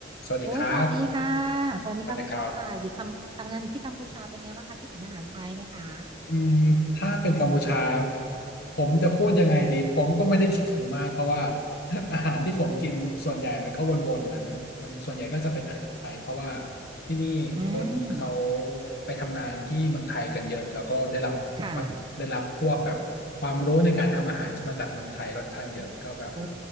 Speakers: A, on the left; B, on the right.
A: สวัสดีครับ
B: โอ้ยสวัสดีค่ะสวัสดีค่ะคุณโชตาอยู่ทำทำงานอยู่ที่กัมพูชาเป็นไงบ้างคะคิดถึงอาหารไทยไหมคะ
A: สวัสดีครับอืมถ้าเป็นกัมพูชา ผมจะพูดยังไงดี ผมก็ไม่ได้คิดถึงมากเพราะว่า <laughs> อาหารที่ผมกินส่วนใหญ่มันก็วนๆนะมันมันส่วนใหญ่ก็จะเป็นอาหารไทยเพราะว่าที่นี่คนเขา
B: อืม
A: ไปทำงานที่เมืองไทยกันเยอะแล้วก็ได้รับวัดได้รับพวกแบบความรู้ในการทำอาหารจะมาจากเมืองไทยค่อนข้างเยอะก็แบบ
B: ค่ะโอ้